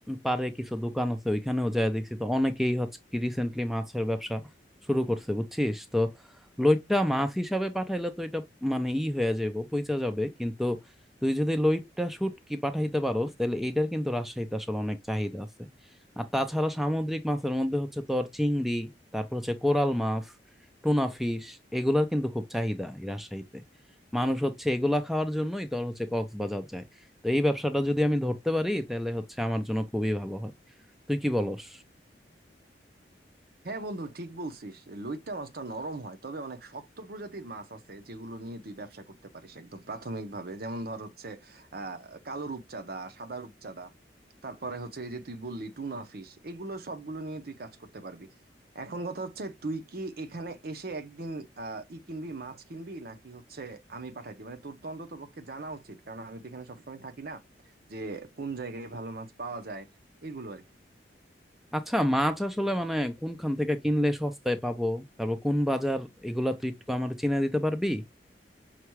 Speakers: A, in the centre; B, on the right.
A: পারে কিছু দোকান আছে ওইখানেও যায় দেখছি তো অনেকেই হচ্ছে রিসেন্টলি মাছের ব্যবসা শুরু করছে বুঝছিস তো লইট্টা মাছ হিসাবে পাঠাইলে তো এটা মানে ই হয়ে যাবে পইচা যাবে কিন্তু তুই যদি লইট্টা শুটকি পাঠাইতে পারোস তাহলে এইটার কিন্তু রাজশাহীতে আসলে অনেক চাহিদা আছে আর তাছাড়া সামুদ্রিক মাছের মধ্যে হচ্ছে তোর চিংড়ি তারপর হচ্ছে কোরাল মাছ টুনা ফিশ এগুলার কিন্তু খুব চাহিদা এই রাজশাহীতে মানুষ হচ্ছে এগুলা খাওয়ার জন্যই তোর হচ্ছে কক্সবাজার যায় তো এই ব্যবসাটা যদি আমি ধরতে পারি তাহলে হচ্ছে আমার জন্য খুবই ভালো হয় তুই কি বলস
B: হ্যাঁ বন্ধু ঠিক বলছিস লইট্টা মাছটা নরম হয় তবে অনেক শক্ত প্রজাতির মাছ আছে যেগুলো নিয়ে তুই ব্যবসা করতে পারিস একদম প্রাথমিকভাবে যেমন ধর হচ্ছে আহ কালো রূপচাঁদা সাদা রূপচাঁদা তারপরে হচ্ছে এই যে তুই বললি টুনা ফিশ এগুলো সবগুলো নিয়ে তুই কাজ করতে পারবি এখন কথা হচ্ছে তুই কি এখানে এসে একদিন আহ ই কিনবি মাছ কিনবি নাকি হচ্ছে আমি পাঠাই দিই মানে তোর তো অন্তত পক্ষে জানা উচিত কারণ আমি তো এখানে সবসময় থাকি না যে কোন জায়গায় ভালো মাছ পাওয়া যায় এগুলো আর কি
A: আচ্ছা মাছ আসলে মানে কোনখান থেকে কিনলে সস্তায় পাবো তারপর কোন বাজার এগুলা তুই একটু আমার চিনে দিতে পারবি